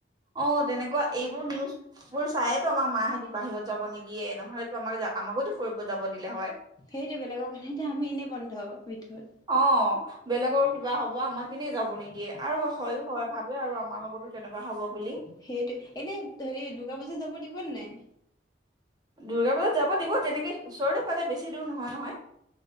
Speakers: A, on the right; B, on the left.
A: অ তেনেকুৱা এইবোৰ নিউজ বোৰ চায়েতো আমাক মা হতি বাহিৰত যাব নিদিয়ে নহলেতো আমাক আমাকোতো ফুৰিব যাব দিলে হয়
B: সেইটো বেলেগৰ কাৰণে এতিয়া আমি এনেই বন্ধ ভিতৰত
A: অ বেলেগৰ কিবা হ'ব আমাৰ এনেই যাব নিদিয়ে আৰু হয়ো হয় ভাবে আৰু আমাৰ লগতো তেনেকুৱা হব বুলি
B: সেইটো এনে হেৰি দুৰ্গা পূজা যাব দিব নে নাই
A: দুূৰ্গা পূজাত যাব দিব তেনেকে ওচৰতে পাতে বেছি দূৰ নহয় নহয়